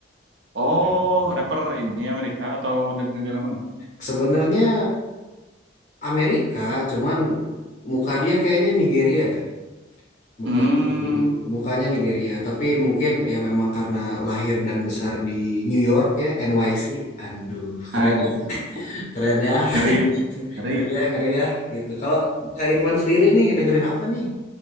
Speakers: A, on the right (about 70°); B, on the left (about 40°).
A: Oh,
B: Hmm.
A: rapper ini Amerika atau dari negara mana?
B: Sebenarnya Amerika, cuman muka dia kayaknya Nigeria dah. Muka
A: Hmm,
B: dia Nigeria, mukanya Nigeria. Tapi mungkin ya memang karena lahir dan besar di New York ya, NYC. Aduh, keren
A: anjir.
B: ya, keren ya, <laughs>
A: ngeri, ngeri.
B: ngeri ya, ngeri ya, gitu. Kalau Kak Irfan sendiri nih dengerin apa nih?